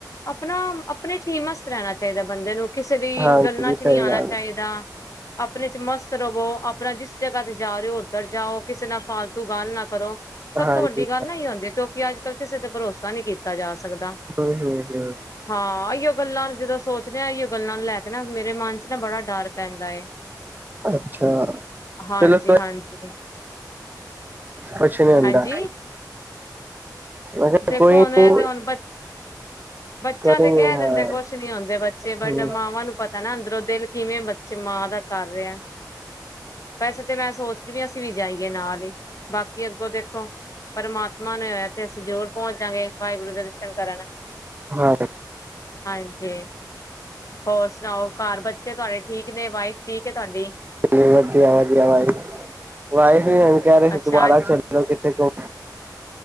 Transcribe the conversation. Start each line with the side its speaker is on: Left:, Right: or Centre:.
Left: ਆਪਣਾ ਆਪਣੇ ਚ ਹੀ ਮਸਤ ਰਹਿਣਾ ਚਾਹੀਦਾ ਬੰਦੇ ਨੂੰ, ਕਿਸੇ ਦੀ
Right: ਹਾਂਜੀ
Left: ਗੱਲਾਂ ਚ
Right: ਸਹੀ
Left: ਨਹੀਂ ਆਣਾ
Right: ਗੱਲ
Left: ਚਾਹੀਦਾ। ਆਪਣੇ ਚ ਮਸਤ ਰਵੋ, ਆਪਣਾ ਜਿਸ ਜਗ੍ਹਾ ਤੇ ਜਾ ਰਹੇ ਹੋ ਓਧਰ ਜਾਓ, ਕਿਸੇ ਨਾਲ ਫਾਲਤੂ ਗੱਲ ਨਾ ਕਰੋ।
Right: ਹੈ
Left: ਸਭ
Right: ਹਾਂਜੀ
Left: ਤੋਂ ਵੱਡੀ ਗੱਲ ਨਾ ਏਹੀ ਹੁੰਦੀ ਏ ਕਿ ਅੱਜ ਕੱਲ ਕਿਸੇ ਤੇ ਭਰੋਸਾ ਨਹੀਂ ਕੀ <unintelligible> ਸਕਦਾ,
Right: ਹੂੰ ਹੂੰ ਹੂੰ
Left: ਹਾਂ ਏਹੀ ਉਹ ਗੱਲਾਂ ਨੂੰ ਜਦੋਂ ਸੋਚਦੇ ਉਹ ਗੱਲਾਂ ਨੂੰ ਲੈ ਕੇ ਨਾ ਮੇਰੇ ਮਨ ਚ ਨਾ ਬੜਾ ਡਰ ਪੈਂਦਾ ਏ
Right: ਅੱਛਾ
Left: ਹਾਂਜੀ,
Right: ਚਲੋ
Left: ਹਾਂਜੀ,
Right: ਕੁਛ ਨੀ ਹੁੰਦਾ
Left: ਹਾਂਜੀ
Right: ਅੱਛਾ
Left: ਦੇਖੋ
Right: ਕੋਈ
Left: ਹੁਣ
Right: ਨੀ
Left: ਇਹ ਹੁਣ ਬੱਚਾ
Right: ਕਰੇਗੇ
Left: ਤੇ ਕਹਿ
Right: ਹਾਂ
Left: ਦਿੰਦੇ ਕੁਛ ਨੀ ਆਉਂਦੇ ਬੱਚੇ ਬਟ
Right: ਹੂੰ
Left: ਮਾਵਾਂ ਨੂੰ ਪਤਾ ਨਾ ਅੰਦਰੋਂ ਦਿਲ ਕਿਵੇਂ ਬੱਚੇ ਮਾਂ ਦਾ ਕਰ ਰਿਹਾ ਵੈਸੇ ਤਾਂ ਮੈਂ ਸੋਚਦੀ ਵੀ ਅਸੀਂ ਵੀ ਜਾਈਏ ਨਾਲ ਹੀ ਬਾਕੀ ਅੱਗੋਂ ਦੇਖੋ ਪਰਮਾਤਮਾ ਨੇ ਹੋਇਆ ਤੇ ਅਸੀਂ ਜ਼ਰੂਰ ਪਹੁੰਚ ਜਾਂ ਗੇ ਵਾਹਿਗੁਰੂ ਦੇ ਦਰਸ਼ਨ ਕਰ
Right: ਹਾਂ
Left: ਹਾਂਜੀ ਹੋਰ ਸੁਣਾਓ ਘਰ ਬੱਚੇ ਤੁਹਾਡੇ ਠੀਕ ਨੇ ਵਾਈਫ ਠੀਕ ਤੁਹਾਡੀ
Right: ਵਧੀਆ ਵਧੀਆ ਵਾਈਫ ਵੀ ਕਹਿ ਰਹੇ ਸੀ
Left: ਅੱਛਾ
Right: ਦੁਬਾਰਾ
Left: ਅੱਜ
Right: ਚੱਲੋ ਕਿ ਦੇਖੋ